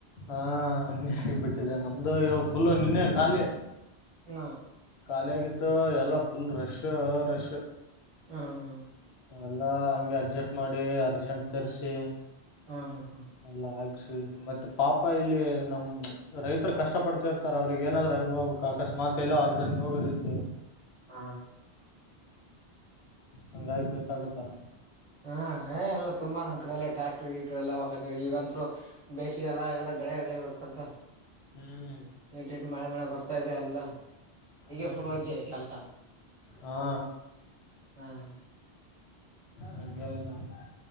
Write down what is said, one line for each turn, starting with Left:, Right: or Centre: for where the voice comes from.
Left: ಹಾ ಹಂಗೆ ಆಗಿಬಿಟ್ಟಿದೆ ನಮ್ದು ಇವು ಫುಲ್ಲು ನಿನ್ನೆ ಖಾಲಿ.
Right: ಹ್ಮ
Left: ಖಾಲಿ ಆಗಿತ್ತು. ಎಲ್ಲ ಫುಲ್ ರಶ್, ರಶ್
Right: ಹ್ಮ, ಹ್ಮ್
Left: ಎಲ್ಲಾ ಹಂಗೆ ಅಡ್ಜಸ್ಟ್ ಮಾಡಿ, ಅರ್ಜೆಂಟ್ ತರಿಸಿ
Right: ಹ್ಮ ಹ್ಮ್ ಹ್ಮ್
Left: ಎಲ್ಲ ಮತ್ತೆ ಪಾಪ ಇಲ್ಲಿ ನಮ್ ರೈತರು ಕಷ್ಟ ಪಡ್ತಿರ್ತಾರ ಅವ್ರಿಗೆ ಏನಾದ್ರು ಎಲ್ಪ್ ಆಗಕ್ ಅಕಸ್ಮಾತ್ ಎಲ್ಲ ಪ್ರೆಸೆಂಟ್ ಹೋಗದಿತ್ತು
Right: ಹಾ
Left: ಹಂಗಾಯಗ್ ಬಾಗತ್ತಾರ
Right: ಹಾ ಏ ಎಲ್ಲ ತುಂಬ ನ ಕಡೆಲ್ಲ ಟ್ರ್ಯಾಕ್ಟ್ರ ಈಟ್ರ ಎಲ್ಲ ಹೊ ಈಗಂತರು ಬೇಸಿಗೆ ಎಲ್ಲ ಎಲ್ಲ ಗಳೆ ಗಳಿ ಹುಡ್ಕೊಂತ
Left: ಹಾ
Right: ಇಟ್ಿಟ್ಟು ಮಳೆ ಮಳೆ ಬರ್ತಾ ಇದೆ ಎಲ್ಲ ಹೀಗೆ
Left: ಹ್ಮ್
Right: ಫುಲ್ ವಜ್ಜೆ ಕೆಲಸ
Left: ಹಾ
Right: ಹ್ಮ
Left: ಹಂಗೆ ಇದಣ್ಣ